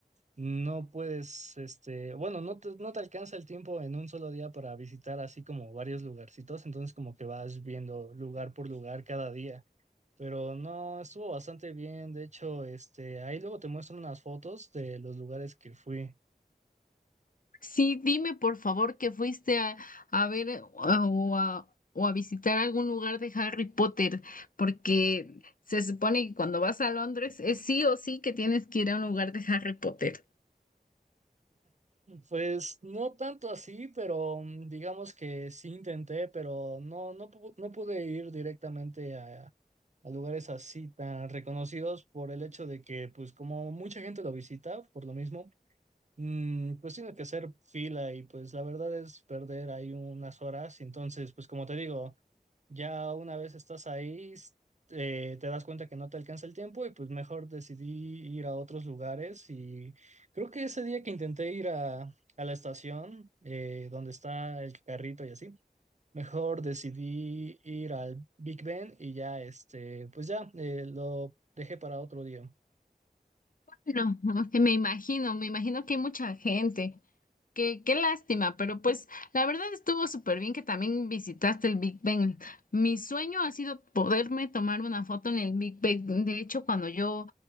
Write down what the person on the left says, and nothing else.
Sí, dime por favor que fuiste a, a ver eh, o a, o a visitar algún lugar de Harry Potter, porque se supone que cuando vas a Londres es sí o sí que tienes que ir a un lugar de Harry Potter.
No, <laughs> me imagino, me imagino que hay mucha gente. Qué, qué lástima, pero pues la verdad estuvo súper bien que también visitaste el Big Bang. Mi sueño ha sido poderme tomar una foto en el Big Bang. De hecho, cuando yo,